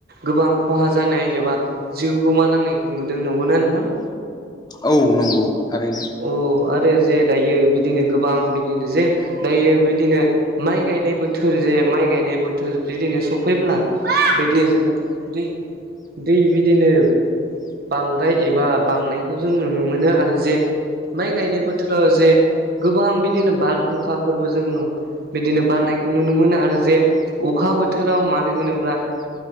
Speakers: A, on the right; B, on the left.
A: गोबां खहा जानाय एबा जिउखौ मा नांनायखौ नुदों नंगौना नोंथां?
B: औ नंगौ थारैनो
A: औ आरो जे दायो बिदिनो गोबां बिदिनो जे दायो बिदिनो माइ गायनाय बोथोर जे माइ गायनाय बोथोर बिदिनो सफैब्ला बिदिनो जोङो दै दै बिदिनो बांद्राय एबा बांनायखौ जों नुनो मोनो आरो जे माइ गायनाय बोथोराव जे गोबां बिदिनो बारहुंखाफोरबो जों बिदिनो बारनायखौ नुनो मोनो आरो जे अखा बोथोराव मानो होनोब्ला